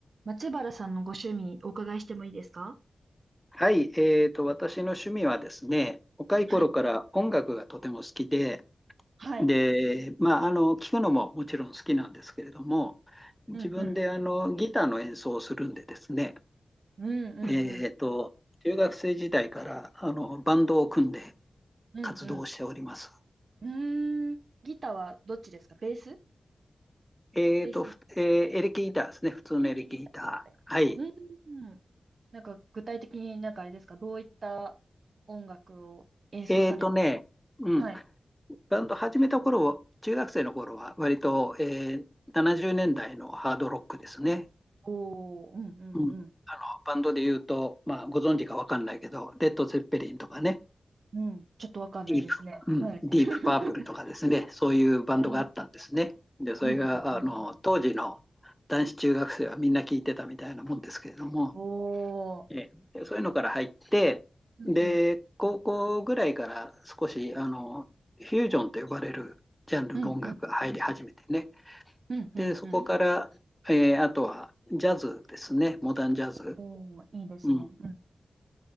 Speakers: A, on the right; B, in the centre.
A: 松原さんのご趣味お伺いしてもいいですか
B: はい、えーと、私の趣味はですね、若い頃から音楽がとても好きで、
A: はい。はい。
B: で、まあ、あの、聴くのももちろん好きなんですけれども、自分であのギターの演奏をするんでですね、
A: うん、うん。うん、うん、
B: えーと、
A: うん。
B: 中学生時代からあのバンドを組んで
A: うん、
B: 活動しております。
A: うん。うーん。ギターはどっちですかベース
B: えーと、
A: ベースだ。
B: ふえーエレキギターですね、普通のエレキギター。
A: エレキギターって。
B: はい。
A: うん、うん。なんか具体的になんかあれですかどういった音楽を演奏される、
B: えーとね、うん、
A: はい。
B: バンド始めた頃、中学生の頃は割と、えー70年代のハードロックですね。
A: おー、うん、うん、
B: うん、
A: うん。
B: あのバンドで言うと、まあ、ご存知かわかんないけど、レッド・ゼッペリンとかね、
A: うん。ちょっとわかんないですね。
B: ディープ、うん、
A: はい。
B: ディープ・
A: <laughs>
B: パープルとかですね、そういうバンドがあったんですね。
A: う
B: で、それがあの当時の
A: ん、うん、うん。
B: 男子中学生はみんな聞いてたみたいなもんですけれども、
A: おー。
B: えーそういうのから入って、
A: うん、
B: で、
A: うん。
B: 高校ぐらいから少しあのフュージョンと呼ばれるジャンルの音楽が入り始めてね。
A: うん、うん、うん、うん。
B: で、そこから、
A: うん
B: えーあとはジャズですね、モダンジャズ。
A: おー、いいですね。
B: うん、
A: うん、